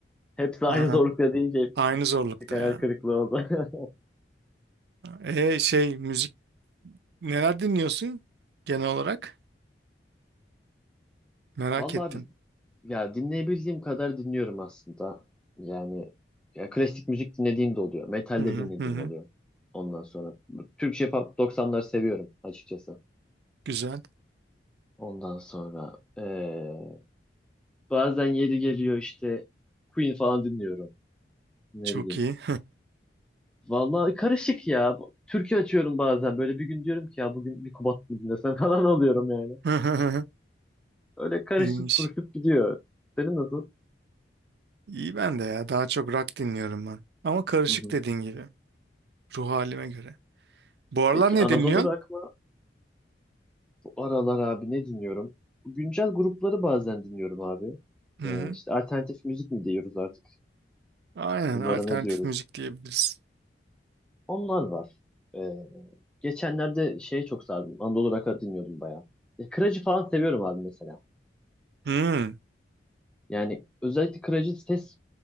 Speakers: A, in the centre; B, on the right.
A: Hepsi
B: ha
A: aynı zorlukta deyince hep
B: aynı zorlukta
A: bir hayal
B: ya.
A: kırıklığı oldu. <laughs>
B: E şey müzik neler dinliyorsun genel olarak? Merak
A: Vallahi
B: ettim.
A: abi ya dinleyebildiğim kadar dinliyorum aslında. Yani ya klasik müzik dinlediğim de oluyor. Metal
B: Hı
A: de
B: hı
A: dinlediğim
B: hı. hı.
A: oluyor. Ondan sonra Türkçe pop doksanları seviyorum açıkçası.
B: Güzel.
A: Ondan sonra eee, bazen yeri geliyor işte Queen falan dinliyorum. Ne
B: Çok
A: bileyim
B: iyi.
A: Vallahi karışık ya. Türkü açıyorum bazen. Böyle bir gün diyorum ki ya bugün bir Kubat mı dinlesem <laughs> falan alıyorum yani.
B: <laughs>
A: Öyle karışık
B: İyiymiş.
A: kuruşup gidiyor. Senin nasıl?
B: İyi ben de ya. Daha çok rock dinliyorum ben. Ama karışık
A: Hı hı.
B: dediğin gibi. Ruh halime göre. Bu aralar
A: Peki
B: ne
A: Anadolu
B: dinliyorsun?
A: Rock mı? Bu aralar abi ne dinliyorum? Güncel grupları bazen dinliyorum abi.
B: Hı
A: Ee,
B: hı.
A: işte alternatif müzik mi diyoruz artık?
B: Aynen
A: Bunlara
B: alternatif
A: ne diyoruz?
B: müzik diyebiliriz.
A: Onlar var. Ee, geçenlerde şeye çok sardım. Anadolu Rock'a dinliyordum bayağı. Ya, Kıracı falan seviyorum abi mesela.
B: Hı,
A: Yani özellikle Kıracı ses